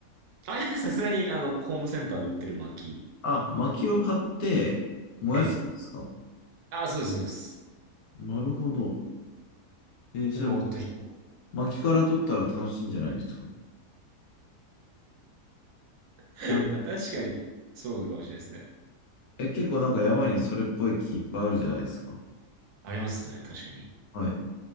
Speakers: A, on the right; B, on the left.
A: あ、いや、さすがにあの、ホームセンターで売ってる薪
B: あ、薪を買って燃やすんですか
A: ってええ。あ、そうです、そうです。
B: なるほど。えーそれ、
A: でぼーっと弾く。
B: 薪から取ったら楽しいんじゃないですか
A: <laughs>
B: だはい
A: まあ確かに、そうかもしれないですね。
B: え、結構なんか山にそれっぽい木いっぱいあるじゃないですか。
A: ありますね、確かに。
B: はい。